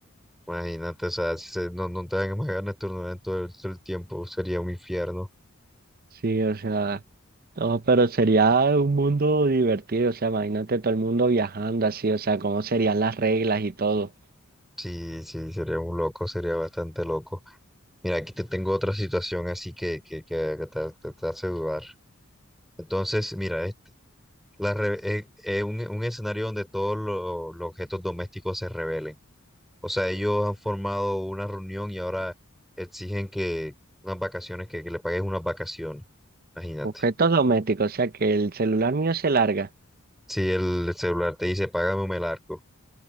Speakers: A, in the centre; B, on the right.
A: imagínate, o sea, si se- no, no te dan más ganas de turnar todo el, todo el tiempo, sería un infierno.
B: Sí, o sea, no, pero sería un mundo divertido. O sea, imagínate todo el mundo viajando así, o sea, cómo serían las reglas y todo.
A: Sí, sí, sería un loco, sería bastante loco. Mira, aquí te tengo otra situación así que, que, que- que te, te te hace dudar. Entonces, mira, este, la re- eh, eh, un, un escenario donde todos lo- los objetos domésticos se rebelen. O sea, ellos han formado una reunión y ahora exigen que unas vacaciones, que, que le pagues unas vacaciones. Imagínate.
B: Objetos domésticos, o sea, que el celular mío se larga.
A: Si el celular te dice, págame un melarco.